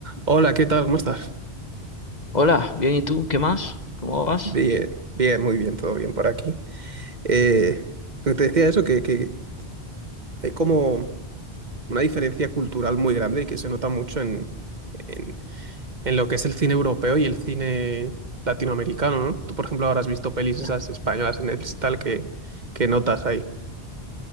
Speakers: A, on the right (about 45°); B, on the left (about 40°).
A: Hola, ¿qué tal? ¿Cómo estás?
B: Hola, bien, ¿y tú? ¿Qué más? ¿Cómo vas?
A: Bien, bien, muy bien, todo bien por aquí. Eh, lo que te decía eso, que, que hay como una diferencia cultural muy grande y que se nota mucho en, en, En lo que es el cine europeo y el cine latinoamericano, ¿no? Tú, por ejemplo, ahora has visto pelis
B: Ah.
A: esas españolas en Netflix y tal que, que notas ahí.